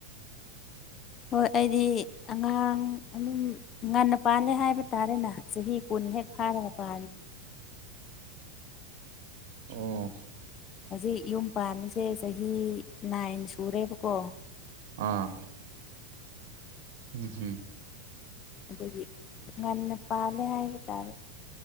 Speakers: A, on the left; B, on the right.
A: ꯍꯣꯏ ꯑꯩꯗꯤ ꯑꯉꯥꯡ ꯑꯗꯨꯝ ꯉꯟꯅ ꯄꯥꯜꯂꯦ ꯍꯥꯏꯕ ꯇꯥꯔꯦꯅꯦ ꯆꯍꯤ ꯆꯍꯤ ꯀꯨꯟꯍ ꯐꯥꯔ ꯄ
B: ꯎꯝ
A: ꯍꯧꯖꯤꯛ ꯌꯨꯝ ꯄꯥꯟꯕꯁꯦ ꯆꯍꯤ ꯅꯥꯏꯟ ꯁꯨꯔꯦꯕꯀꯣ
B: ꯑꯥ ꯎꯝ ꯍꯝ
A: ꯑꯗꯒꯤ ꯉꯟꯅ ꯄꯥꯜꯂꯦ ꯍꯥꯏꯕ ꯇꯥꯔꯦ